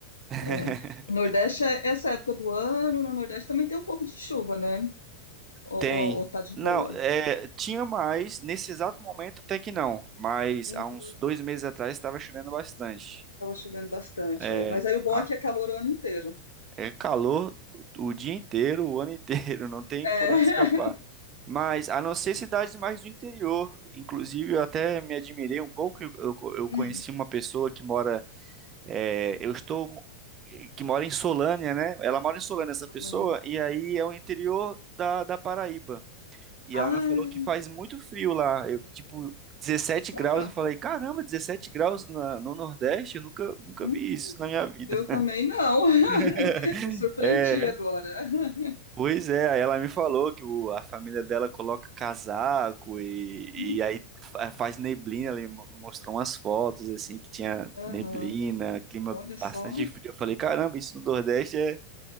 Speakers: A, on the right; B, on the left.
A: <laughs>
B: é, o Nordeste, é- essa época do ano, no Nordeste também tem um pouco de chuva, né? Ou,
A: Tem.
B: ou- ou tá de
A: Não,
B: boa?
A: é, tinha mais. Nesse exato momento, até que não. Mas
B: Uhum,
A: há uns dois meses atrás estava chovendo bastante.
B: tava chovendo bastante,
A: É,
B: é. Mas aí o bom
A: a-
B: é que é calor o ano inteiro.
A: é calor o dia inteiro, o ano inteiro. <laughs> Não tem
B: É.
A: por onde
B: <laughs>
A: escapar. Mas a não ser cidades mais do interior. Inclusive, eu até me admirei um pouco. Eu, eu conheci
B: Hum,
A: uma pessoa que mora É, eu estou que mora em Solânia, né? Ela mora em Solânia, essa
B: tô
A: pessoa,
B: planejando.
A: e aí é o interior da, da Paraíba. E
B: Ah,
A: ela me falou que faz muito frio lá, eu, tipo 17
B: sério?
A: graus. Eu falei, caramba, 17 graus na- no Nordeste? Eu nunca, nunca
B: Hum,
A: vi isso na minha vida.
B: Eu também não. <laughs>
A: <laughs>
B: Me surpreendi
A: É,
B: agora. <laughs>
A: Pois é, aí ela me falou que o- a família dela coloca casaco e,
B: hum,
A: e aí fa- faz neblina. Ela me mo- mostrou umas fotos assim que tinha
B: Aham,
A: neblina, clima
B: Olha
A: bastante
B: só.
A: frio. Eu falei, caramba, isso no Nordeste é,